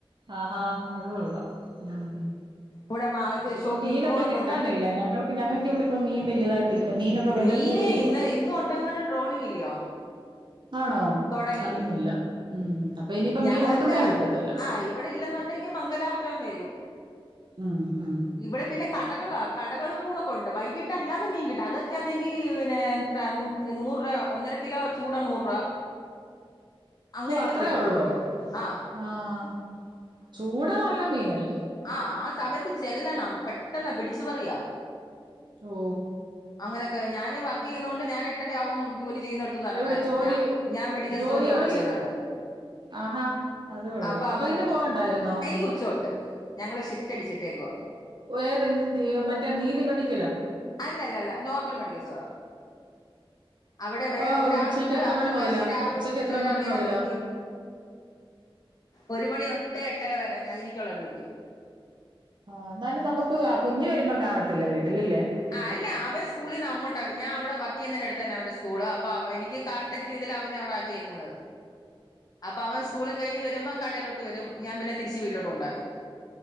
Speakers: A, on the right; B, on the left.
A: ആഹാ അത് കൊള്ളാം ഉം
B: ഇവിടെ മാ ഇത്
A: അതിപ്പോ
B: ഷോപ്പി
A: മീനൊക്കെ
B: ഇത് പോണക്കുണ്ട്
A: കിട്ടാനില്ല ഞങ്ങൾക്ക് ഞങ്ങൾക്ക് ഇവിടെ ഇപ്പ മീൻ വലുതായിട്ടല്ല മീനൊക്കെ വില
B: മീന്
A: കൂടുതലുവാ
B: ഇന്ന് ഇന്ന് ഒട്ടങ്ങാണ്ട് ട്രോളിങ് ഇല്ലയോ
A: ആണോ
B: തുടങ്ങി
A: അറിയുന്നില്ല ഉം അപ്പൊ ഇനിപ്പോ
B: ഞങ്ങക്ക്
A: മീൻ ഒട്ടുമേ കിട്ടത്തില്ല
B: ആ ഇവിടെ ഇല്ലെന്നുണ്ടെങ്കിൽ മംഗലാപുരം വരും
A: ഉം ഉം
B: ഇവിടെ പിന്നെ കട- ടകള കടകൾ പൂണക്കണ്ട് വൈകിട്ട് അല്ലാതെ മീൻ കിട്ട അതൊക്കെയാന്നെങ്കി പിന്നെ നൂറ രൂപ ഒന്നര കിലോ ചൂട നൂറ് രൂപ അങ്ങനെയൊക്കെ
A: ഓ അത്രയേ
B: കിട്ടും
A: ഉള്ളോ
B: ആ
A: ആഹ് ചൂട നല്ല മീനല്ലേ
B: ആഹ് ആ സമയത്ത് ചെല്ലണം പെട്ടെന്ന് പിടിച്ചു പറിയാ
A: ഓ
B: അങ്ങനെയൊക്കെ ഞാന് വർക്ക് ചെയ്യുന്നതകൊണ്ട് ഞാൻ എട്ടരയാവും- ജോലി ചെയ്യുന്നടുത്തുനിന്ന്റങ്ങാന്
A: എവിടെ ജോലി
B: ഞ ഞാൻ മെഡിക്കൽ
A: ജോലി
B: സ്റ്റോറിൽ
A: എവിടെ
B: വർക്ക് ചെയ്യുന്നുണ്ട്
A: ചെ ആഹാ അത് കൊള്ളാം
B: അപ്പൊ അമ
A: ഇന്ന് പോവണ്ടായിരുന്നോ
B: എനിക്ക് ഉച്ചതൊട്ട് ഞങ്ങള് ഷിഫ്റ്റ് അടിച്ചിട്ടേക്കുവാ
A: വേറെന്തിയെ മറ്റേ നീതി മെഡിക്ക-
B: അല്ലല്ല നോർമൽ മെഡിക്കൽ സ്റ്റോറാ അവിടെ
A: അപ്പൊ
B: വേറെ ഒരാളുണ്ട്
A: ഉച്ചക്ക് എത്ര
B: അത്
A: മണി മുതലാ
B: കഷി രാവിലെ
A: ഉച്ചക്ക്
B: തൊട്ട് ഉച്ച
A: എത്ര
B: വരെ
A: മണി
B: അദ്ദേഹം
A: മുതലാ
B: നിക്കും ഒരു മണി തൊട്ട് എട്ട ര വരെ ഞാൻ എനിക്കൊളള ഡ്യൂട്ടി
A: ആ എന്നാലും നമ്മുക്ക് കുഞ്ഞ് വരുമ്പോം കാണത്തില്ല വീട്ടിലല്ലേ
B: ആ അല്ല അവൻ സ്കൂളിൽ നിന്ന് അങ്ങോട്ടാ ഞാൻ അവിടെ വർക്ക് ചെയ്യുന്നതിന്റെ അടുത്തുതന്നെയാ അന്റെ സ്കൂള് അപ്പൊ അവ എനിക്ക് കാണത്തക്ക രീതിയിൽ അവനെ അവിടെ ആക്കിയേക്കുന്നത് അപ്പൊ അവൻ സ്കൂളും കഴിഞ്ഞ് വരുമ്പോം കടയിലോട്ട് വരും ഞാൻ പിന്നെ തിരിച്ച് വീട്ടിലോട്ട്കൊണ്ടാക്കും.